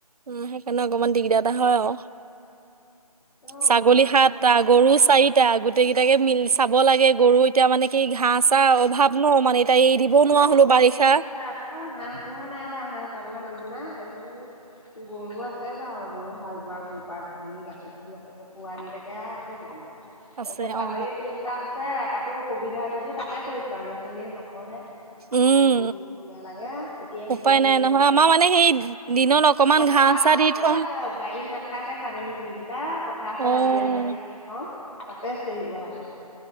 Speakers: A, on the right; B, on the left.
A: উম, সেইকাৰণে অকমান দিগদাৰ এটা হয় আৰু।
B: তেওঁ
A: ছাগলী
B: ঘৰত মানুহ
A: সাতটা,
B: থাকিলে ভাল
A: গৰু চাৰিটা,
B: অ
A: গোটেইকেই টাকেই মিল চাব লাগে। গৰু এতিয়া মানে কি ঘাঁহ-চাহ অভাৱ। ন মানে এতিয়া এৰি
B: মোৰো,
A: দিবও নোৱাৰা হলো
B: মোৰ
A: বাৰিষা
B: হেৰি হয় আকৌ হাঁহ পোহা নাই বা হাঁহ চাবলৈ মানুহ নাই তাৰপিছ <unintelligible> গৰু আছে বাৰু। গৰু হাল বোৱা গৰু পৰা ধৰি গাখীৰ খিৰুৱালৈকে, পোৱালিলৈকে হাঁহ আছে কেইটামান।
A: আছে
B: তাৰপিছত ছাগলীয়ে
A: অ
B: তিনিটা আছে। তাকো সুবিধা যদি তাকে কৰিছোঁ আৰু ল'ৰা ছোৱালীয়ে ন কৰে,
A: উম
B: যি কৰিবগে লাগে! খটিয়াই-মটিয়াই
A: উপায় নাই
B: থাকিব
A: নহয়
B: লাগে।
A: আমাৰ মানে সেই দিনত অকমান
B: পথাৰত
A: ঘাঁহ চাহ
B: দিবগে
A: দি থওঁ
B: লাগে। বাৰীত নাথাকে ছাগলী যিকিতা। পথাৰে
A: অ
B: হৈ আলিয়ে-চালিয়ে দি থওঁ! তাতে চৰিব লাগিব।